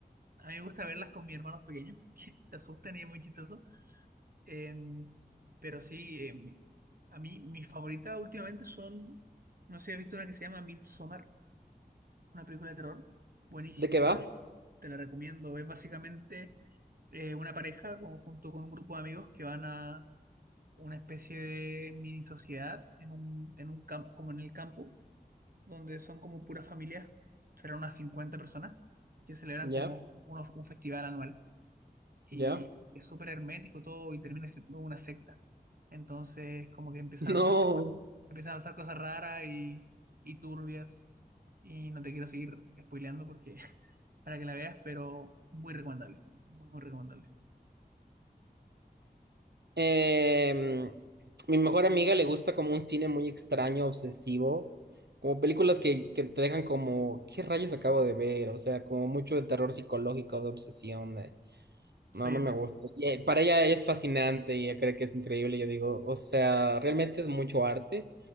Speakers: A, on the right; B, on the right.
A: a mí me gusta verlas con mis hermanos pequeños porque <laughs> se asustan y es muy chistoso. Eh, pero sí, eh, mi- a mí mis favoritas últimamente son, no sé, he visto una que se llama Midsommar, una película de terror. Buenísima,
B: ¿De qué va?
A: te la, te la recomiendo. Es básicamente eh, una pareja con- junto con un grupo de amigos que van a una especie de mini sociedad en un, en un campo, como en el campo, donde son como puras familias, serán unas 50 personas, que celebran
B: ¿Ya?
A: como unos- un festival anual. Y
B: ¿Ya?
A: es súper hermético todo y termina siendo una secta. Entonces, como que empiezan
B: No,
A: a pasar, empiezan a pasar cosas raras y, y turbias. Y no te quiero seguir spoileando porque <laughs> para que la veas, pero muy recomendable. Muy, muy recomendable.
B: em, mi mejor amiga le gusta como un cine muy extraño, obsesivo, como películas que, que te dejan como, ¿qué rayos acabo de ver? O sea, como mucho de terror psicológico, de obsesión, de,
A: Soy
B: no, no
A: ese.
B: me gusta. Y, eh, para ella es fascinante y ella cree que es increíble, yo digo, o sea, realmente es mucho arte,